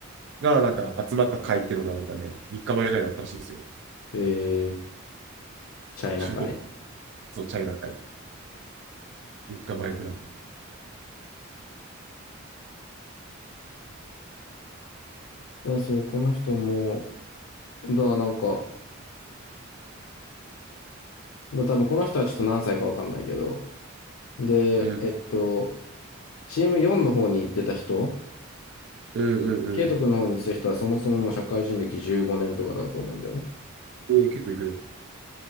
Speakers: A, on the right; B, on the left.
A: がなんか集まった会っていうのがなんかね、3日前ぐらいだったらしいですよ。
B: えー、チャイナ会。
A: 中国、そう、チャイナ会、3日前ぐらいに。
B: あそう、この人も、だ、なんか、だ、多分この人はちょっと何歳かわかんないけど、で、
A: うん、
B: えっと、チーム4の方に行ってた人、
A: うん、うん、うん。
B: ケイト君の方に行ってた人はそもそももう社会人歴15年とかだと思うんだよね。
A: えー結構行くね。